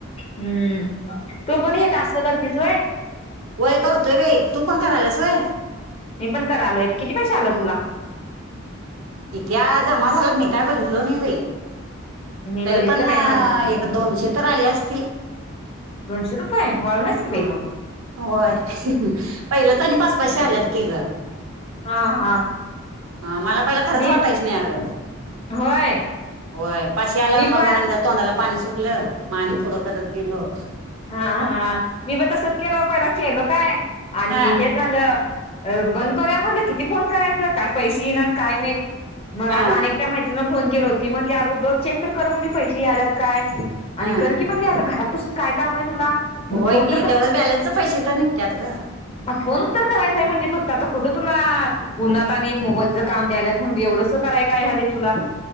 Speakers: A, on the left (about 30°); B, on the right (about 80°).
A: हम्म! तू पण हे टास्क करतीस व्हय.
B: वय करतोय बाई तू पण कराल्यास व्हय
A: मी पण करालोय. किती पैसे आल तुला?
B: <unintelligible> जम झाालातमी काय बघियल नाय बाई.
A: मी
B: तरी
A: बघितलं
B: पण
A: बाई माझं
B: एक दोनशे तर आले असतील.
A: दोनशे रुपये वाळूनच की
B: ह
A: बाई मगं.
B: होय पहिलं तर आणि पाच पाचशे आल्यात की गं.
A: हा हा.
B: ह मला पहि खरंच
A: मी
B: वाटायच नाही
A: होय
B: होय पाशी आल्यावर
A: मी
B: मग
A: पण
B: तोंडाला पाणी सुट लं मा आणि पुढं करत गेलो.
A: हा हा मी पणसत केलं पहिला केेलो काय आणि
B: हा
A: हे. झालं बंद करया म्हणलं किती फोन करायचं काय पैसे येना काय नाही. मग
B: हा
A: आज अनेक त्या मैत्रिंनीला फोन केलो होती म्हणजे अगं बघ चेक तर कर म्हणाली पैसे यालात काय. आणि
B: हा
A: कर की म्हणजे आता घरात बसून काय काम आहे तुला.
B: होय
A: फोन
B: की त्यामुळे बॅलन्सचे पैसे तर निघतात गं.
A: हा फोन तर करायचाय म्हणजे फक्त आता कुठं तुला. उन्हात आणि ओझं काम द्यायलात म्हण एवढंस करायला व्हायलंय तुला.